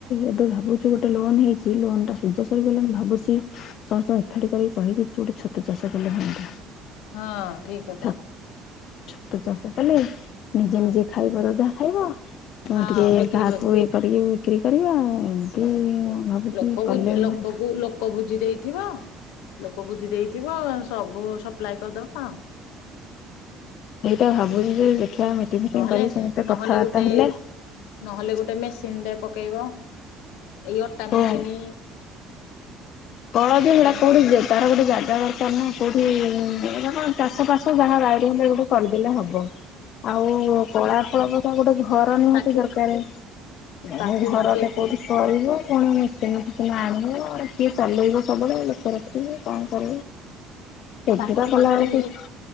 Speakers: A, on the left; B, on the left.
A: ଏବେ ଭାବୁଛୁ ଗୋଟେ ଲୋନ୍ ହେଇଛି ଲୋନ୍ ସରି ବୋଲି ମୁଁ ଭାବୁଛି ସମସ୍ତଙ୍କୁ ଏକାଠି କରିକି କହିବି ଯ ଗୋଟେ ଛତୁ ଚାଷ କଲେ ହୁଅନ୍ତା।
B: ହଁ ଠିକ୍ କଥା।
A: ଛ ଛତୁ ଚାଷ କଲେ ନିଜେ
B: ହଁ
A: ନିଜେ ଖାଇବ ତ ଯାହା ଖାଇବ।
B: ହଁ
A: ଟିକେ
B: ବିକ୍ରି
A: କାହାକୁ
B: କର
A: ଇଏ କରିକି ବିକ୍ରି କରିବା ଏମିତି
B: ହଁ
A: ଭାବୁଛି
B: ଲୋକ
A: କଲେ
B: ଲୋକ ଲୋକକୁ
A: ଭଲ।
B: ଲୋକ ବୁଝି ଦେଇଥିବ। ଲୋକ ବୁଝି ଦେଇଥିବ ସବୁ ସପ୍ଲାଏ କରିଦବା।
A: ସେଇଟା ଭାବୁନି ଯେ ଦେଖିବା ମିଟିଂ ଫିଟିଂ
B: ନହେଲେ
A: କରି ସମସ୍ତେ
B: ନହେଲେ
A: କଥାବାର୍ତ୍ତା
B: ଗୋଟେ
A: ହେଲେ
B: ନହେଲେ ଗୋଟେ ମେସ୍ ପିଣ୍ଡ ରେ ପକେଇବ ଏଇ ଅଟା
A: ହଁ
B: ମେସିନି
A: କଳ ସେଟା
B: ହୁଁ
A: କୋଉଠି ତାର ଗୋଟେ ଯାଗା ଦରକାର <inaudible> କୋଉଠି ଚାଷ ଫାସ ଯାହା ବାଡିରେ ଯାହା ବାଡିରେ କରିଦେଲେ ହବ। ଆଉ କଳା ଫଳକ ତ ଗୋଟେ ଘର ନିହାତି
B: ତାକୁ
A: ଦରକାର ଆଉ
B: ତାକୁ
A: ଘରଟେ
B: ବେଶୀ
A: କୋଉଠି କରିବ ଫୁନି ମିସେଇ ନାଇଁ ମ କିଏ ଚାଲେଇବ ସବୁବେଳେ ଲୋକ ରଖିକି କଣ କ ସେଗୁଡା
B: ତାକୁ
A: କଲାବେଳକୁ
B: ବେଶୀ